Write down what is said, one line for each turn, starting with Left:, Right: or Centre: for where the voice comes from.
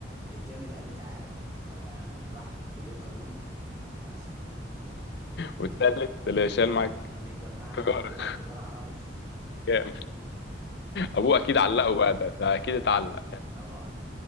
Right: التاني اللي قال لي تعالى آه راح كليه علوم <laughs>
Left: والتالت اللي
Right: التالت
Left: شال معاك
Right: اللي اتجمعنا
Left: انفجارك
Right: عنده راح تجارة عربي
Left: جامد
Right: <laughs>
Left: ابوه
Right: الرابع
Left: اكيد علقه بقى ده, ده اكيد
Right: ده
Left: اتعلق
Right: طبعا